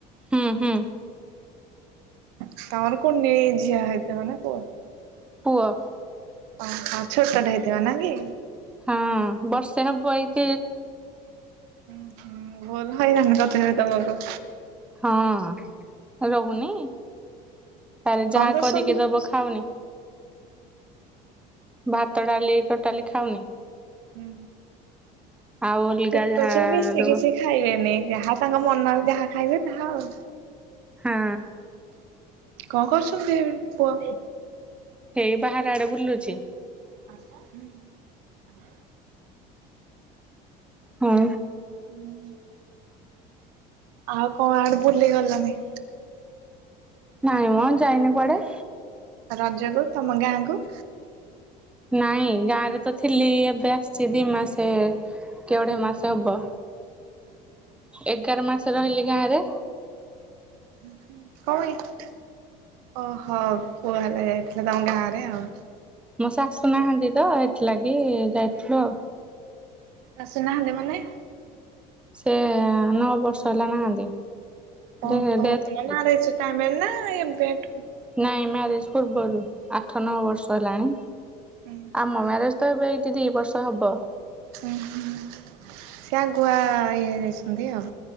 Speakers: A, in the centre; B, on the right.
A: ହୁଁ, ହୁଁ।
B: ତୋମର କୁନି ଝିଅ ହେଇଥିବ ନା ପୁଅ?
A: ପୁଅ।
B: ଓହୋ, ଛୋଟଟେ ହେଇଥିବ ନା କି?
A: ହଁ ବର୍ଷେ ହବ ଏଇଥି
B: ଅଁ, ହଁଁ ଭୁଲ ହଇରାଣ କରୁଥିବେ ତ ତୋମକୁ?
A: ହଁ ରହୁନି, ତାରେ
B: ଆଉ କଣ
A: ଯାହା
B: କରୁଛନ୍ତି?
A: କରିକି ଦବ ଖା ଖାଉନି, ଭାତ ଡାଲି ଟୋଟାଲି ଖାଉନି।
B: ହୁଁ,
A: ଆଉ ଅଲଗା
B: ହୁଁ ଛୋଟ
A: ଯାହା
B: ଛୁଆ ବେଶୀ
A: ଦବ
B: କିଛି ଖାଇବେନି। ଯାହା ତାଙ୍କ ମନ ଯାହା ଖାଇବେ ତାହା ଆଉ।
A: ହଁ।
B: କଣ କରୁଛନ୍ତି ପୁଅ?
A: ହେଇ ବାହାର ଆଡେ ବୁଲୁଛି।
B: ହୁଁ,
A: ହଁ।
B: <inaudible> ଆଉ କଣ ଆଡେ ବୁଲି ଗଲଣିି?
A: ନାଇଁ ମୋ ଯାଇନି କୁଆଡେ।
B: ରଜକୁୁ ତୋମ ଗାଁ କୁ?
A: ନାଇଁ ଗାଁ ରେ ତ ଥିଲି ଏବେ ଆସିଛି ଦି ମାସେ କି ଅଢେଇ ମାସ ହବ। ଏଗାର ମାସ ରହିଲି ଗାଁରେ।
B: କଣ ପାଇଁ? ଓହୋ! ପୁଅ ହେଲା ଯାଇଥିଲ ତୋମ ଗାଁରେ ଆଉ।
A: ମୋ ଶାଶୁ ନାହାନ୍ତି ତ ଏଥିଲାଗି ଯାଇଥିଲୁ ଆଉ।
B: ଆସିନାହାନ୍ତି ମାନେ?
A: ସେ ନଅ ବର୍ଷ ହେଲା ନାହାନ୍ତି।
B: ଓହୋ
A: ଡେ ଡେଥ୍
B: ତମେ ମ୍ୟାରେଜ ଟାଇମରେ ନା ଏବେଠୁ
A: ନାଇଁ ମ୍ୟାରେଜ ପୂର୍ବରୁ ଆଠ ନଅ ବର୍ଷ ହେଲାଣି।
B: ହୁଁ ହୁଁ।
A: ଆମ ମ୍ୟାରେଜ ତ ଏବେ ଏଇ ଦି ବର୍ଷ ହବ।
B: ଉଁ ହୁଁ ସେ ଆଗୁଆ ଇଏ ହେଯାଇଛନ୍ତି ଆଉ।